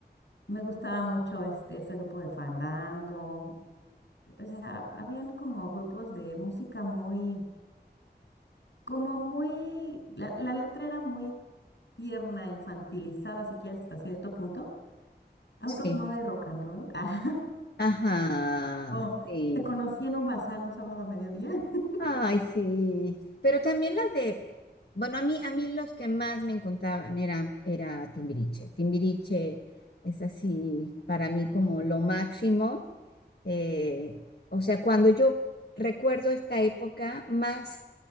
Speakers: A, on the left; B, on the left.
A: me gustaba mucho este, ese grupo de Fandango, o sea, habían como grupos de música muy, como muy, la, la letra era muy tierna, infantilizada, si quieres, hasta cierto punto. Autos,
B: sí.
A: moda y rock and roll. <laughs> Ah,
B: Ajá,
A: O
B: sí.
A: te conocí en un bazar un sábado a mediodía, <laughs>
B: Ay, sí. Pero también las de, bueno, a mí, a mí los que más me encantaban eran, era Timbiriche. Timbiriche es así para mí como lo máximo. Eh, o sea, cuando yo recuerdo esta época, más,